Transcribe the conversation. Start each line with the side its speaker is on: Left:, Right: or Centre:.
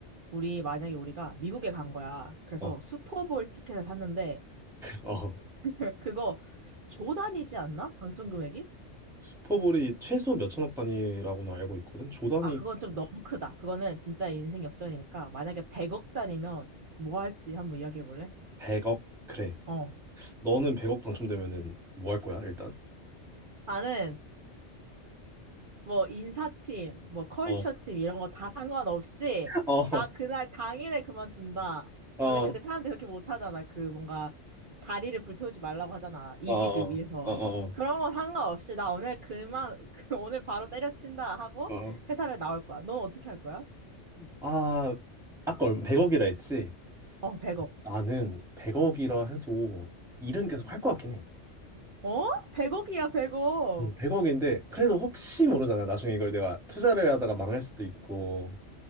Right: 우리 만약에 우리가 미국에 간 거야. 그래서
Centre: 어,
Right: 슈퍼볼 티켓을 샀는데
Centre: 어.
Right: <laughs> 그거 조 단위지 않나? 당첨 금액이?
Centre: 슈퍼볼이 최소 몇천억 단위라고는 알고 있거든 조 단위
Right: 아, 그건 좀 너무 크다. 그거는 진짜 인생 역전이니까 만약에 100억짜리면 뭐 할지 한번 이야기해 볼래?
Centre: 100억? 그래
Right: 어.
Centre: 너는 100억 당첨되면은 뭐 할 거야 일단?
Right: 나는 뭐 인사팀, 뭐 컬처팀
Centre: 어
Right: 이런 거 다 상관없이
Centre: 어,
Right: 나 그날 당일에 그만둔다.
Centre: 어,
Right: 원래
Centre: 어,
Right: 근데 사람들이 그렇게 못하잖아. 그 뭔가 다리를 불태우지 말라고 하잖아. 이직을
Centre: 어, 어,
Right: 위해서.
Centre: 어, 어.
Right: 그런 거 상관없이 나 오늘 그만 <laughs> 그 오늘 바로 때려친다 하고
Centre: 어.
Right: 회사를 나올 거야. 넌 어떻게 할 거야?
Centre: 아, 아까 얼마 100억이라 했지?
Right: 어, 100억.
Centre: 나는 100억이라 해도 일은 계속 할 것 같긴 해.
Right: 어? 100억이야, 100억.
Centre: 100억인데 그래도 혹시 모르잖아. 나중에 이걸 내가 투자를 하다가 망할 수도 있고.